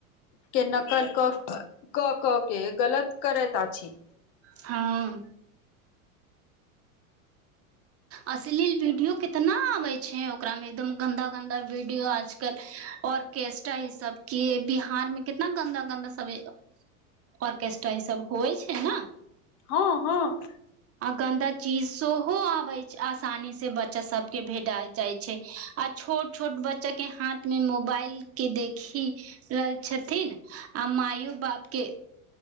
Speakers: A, on the left (about 55°); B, on the right (about 35°).
A: के नकल कऽ कऽ के गलत करैत अछि।
B: हँ। अश्लील वीडियो कितना आबै छै, ओकरा मे एकदम गन्दा गन्दा वीडियो आज कल ऑर्केस्ट्रा ही सभ क बिहार मे कितना गन्दा गन्दा सभ ऑर्केस्ट्रा ई सभ होइ छै ने
A: हँ, हँ।
B: आ गन्दा चीज सेहो आबे छै, असानी से बच। बच्चा सभ के भेट जाइ छै, आ छोट छोट बच्चाके हाथमे मोबाइल के देख। खी रहल छथिन आ मइयो बापके।